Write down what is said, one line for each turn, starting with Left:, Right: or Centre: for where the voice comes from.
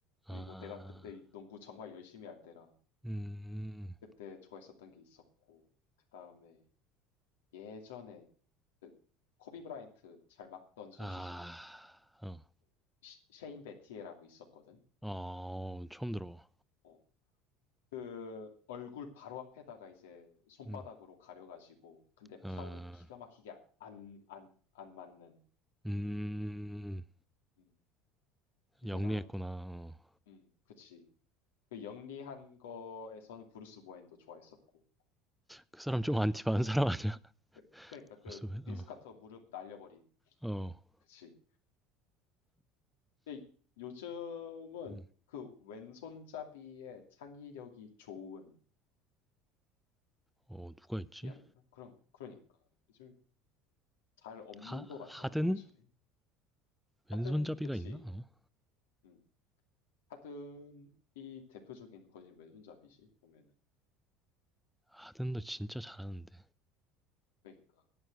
Centre: 아,
Left: 그리고 내가 그때 농구 정말 열심히 할 때라
Centre: 음,
Left: 그때 좋아했었던 게 있었고 그다음에 예전에 그 코비 브라이언트 잘 막던 선수
Centre: 아,
Left: 중에
Centre: 어,
Left: 시- 셰인 베티에라고 있었거든.
Centre: 어, 처음 들어.
Left: 어. 그 얼굴 바로 앞에다가 이제 손바닥으로
Centre: 음,
Left: 가려가지고 근데
Centre: 어,
Left: 파울은 기가 막히게 안, 안, 안 맞는
Centre: 음,
Left: 음.
Centre: 영리했구나.
Left: 그랑
Centre: 어.
Left: 음, 그치. 그 영리한 거에서는 브루스 보웬도 좋아했었고
Centre: 그 사람 좀 안티 많은 사람 아니야? <laughs>
Left: 그- 그러니까 그
Centre: 벌써 왜,
Left: 빈스
Centre: 어,
Left: 카터 무릎 날려버린.
Centre: 어, 어,
Left: 그치. 근데 요즘은
Centre: 음,
Left: 그 왼손잡이의 창의력이 좋은
Centre: 어, 누가 있지?
Left: 이었나? 그럼 그러니까 요즘 잘 없는
Centre: 하,
Left: 것 같더라고
Centre: 하든?
Left: 요즘에.
Centre: 왼손잡이가
Left: 하든 그치.
Centre: 있나? 어?
Left: 음. 하든이 대표적인 거진 왼손잡이지 보면은.
Centre: 하든도 진짜 잘하는데.
Left: 그러니까